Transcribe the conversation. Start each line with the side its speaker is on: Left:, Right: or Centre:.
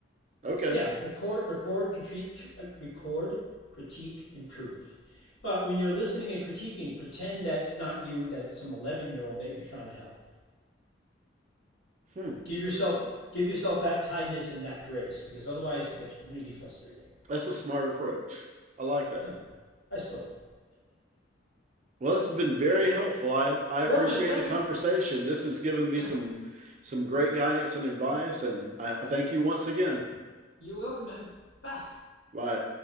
Right: Okay.
Left: yeah record record critique uh, record critique improve but when you're listening and critiquing pretend that's not you that it's some 11 year old that you're trying to help
Right: Hmm.
Left: give yourself give yourself that kindness and that grace because otherwise it gets really frustrating
Right: That's a smart approach. I like that.
Left: yeah i stole it
Right: Well, it's been very helpful. I, I appreciate
Left: yeah man thank
Right: the conversation.
Left: you
Right: This has given me
Left: yeah
Right: some some great guidance and advice, and I, I thank you once again.
Left: you're welcome man bye
Right: Bye.